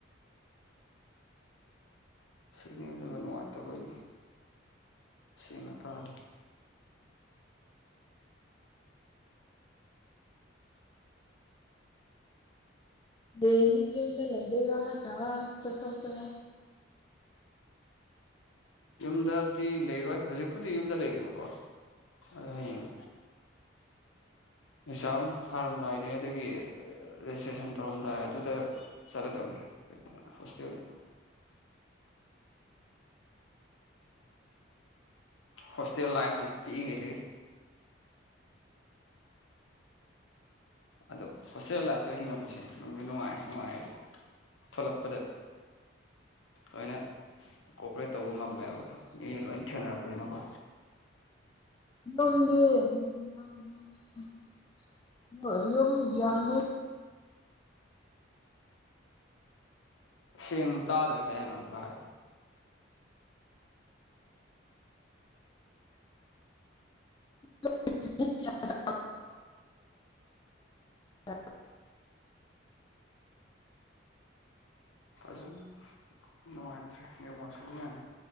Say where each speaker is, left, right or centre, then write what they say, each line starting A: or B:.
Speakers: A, on the left; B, on the left.
A: ꯁꯤꯛꯅꯦꯜꯅꯒ ꯅꯨꯡꯉꯥꯏꯇꯕꯩꯅꯦ ꯁꯦꯡꯅ ꯇꯥꯔꯦ
B: ꯗꯦꯜꯂꯤ ꯌꯨꯝꯗ ꯂꯩꯗꯣꯏꯔꯥ ꯅꯠꯇ꯭ꯔꯒ ꯆꯠꯊꯣꯛꯇꯣꯏꯔꯥ
A: ꯌꯨꯝꯗꯗꯤ ꯂꯩꯔꯣꯏ ꯍꯧꯖꯤꯛꯄꯨꯗꯤ ꯌꯨꯝꯗ ꯂꯩꯔꯤꯕꯀꯣ ꯑꯗꯣ ꯍꯌꯦꯡ ꯑꯦꯛꯖꯥꯝ ꯊꯥꯔꯝꯗꯥꯏꯅꯦ ꯑꯗꯒꯤ ꯔꯦꯖꯤꯁꯇ꯭ꯔꯦꯁꯟ ꯇꯧꯔꯝꯗꯥꯏ ꯑꯗꯨꯗ ꯆꯠꯂꯗꯧꯅꯦ ꯍꯣꯁꯇꯦꯜ ꯍꯣꯁꯇꯦꯜ ꯂꯥꯏꯐꯅꯦ ꯄꯤꯛꯏꯉꯩꯗꯒꯤ ꯑꯗꯣ ꯍꯣꯁꯇꯦꯜ ꯂꯥꯏꯐꯇ ꯍꯤꯡꯉꯛꯄꯁꯦ ꯅꯨꯡꯗꯤ ꯅꯨꯡꯉꯥꯏ ꯅꯨꯡꯉꯥꯏꯑꯗꯤ ꯊꯣꯂꯛꯄꯗ ꯂꯣꯏꯅ ꯀꯣꯄ꯭ꯔꯦꯠ ꯇꯧꯕ ꯉꯝꯃꯦꯕ ꯃꯤ ꯂꯣꯏ ꯊꯦꯡꯅꯔꯛꯄꯅꯤꯅꯀꯣ
B: ꯅꯪꯗꯤ <unintelligible> ꯗꫭ ꯑꯗꯨꯝ ꯌꯥꯝꯃꯤ
A: ꯁꯦꯡ ꯇꯥꯗ꯭ꯔꯦ ꯀꯩ ꯍꯥꯏꯅꫭ ꯑꯝꯇ ꯍꯥꯏꯔꯛꯑꯣ
B: <inaudible> <inaudible>
A: ꯐꯖꯟ ꯅꯨꯡꯉꯥꯏꯇ꯭ꯔꯦ ꯅꯦꯋꯥꯛꯁꯦ ꯑꯗꯨꯅꯅꯤ